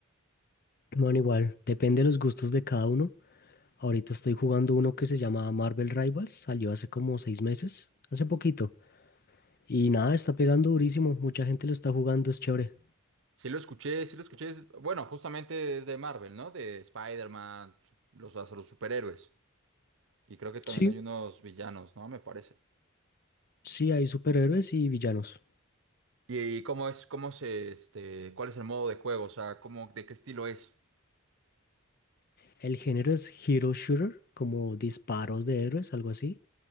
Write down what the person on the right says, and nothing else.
Sí lo escuché, sí lo escuché, es- bueno, justamente es de Marvel, ¿no? De Spider-Man, su- los, los superhéroes, y creo que también
hay unos villanos, ¿no? Me parece.
¿Y, y cómo es, cómo se, este, cuál es el modo de juego? O sea, cómo, de qué estilo es.